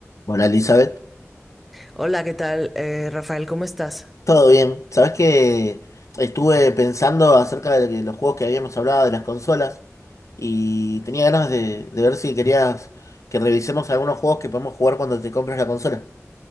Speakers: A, on the left; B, in the centre.
A: Hola Elizabeth,
B: Hola, ¿qué tal? Eh, Rafael, ¿cómo estás?
A: todo bien. Sabes que estuve pensando acerca de que los juegos que habíamos hablado, de las consolas, y tenía ganas de, de ver si querías que revisemos algunos juegos que podemos jugar cuando te compres la consola.